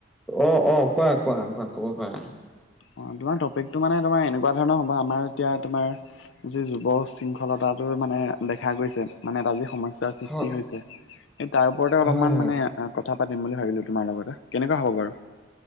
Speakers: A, in the centre; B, on the left.
A: অ অ কোৱা কোৱা কোৱা খবৰ কোৱা
B: অ তোমাৰ টপিকটো মানে তোমাৰ এনেকুৱা ধৰণৰ হ'ব আমাৰ এতিয়া তোমাৰ যি যুৱ শৃংখলতাটো মানে দেখা গৈছে মানে এটা যি সম স্যা সৃষ্টি
A: হয়,
B: হৈছে এই তাৰ ওপৰতে অলপ
A: হয়,
B: মান
A: হয়।
B: মানে আ কথা পাতিম বুলি ভাবিলো তোমাৰ লগতে কেনেকুৱা হ'ব বাৰু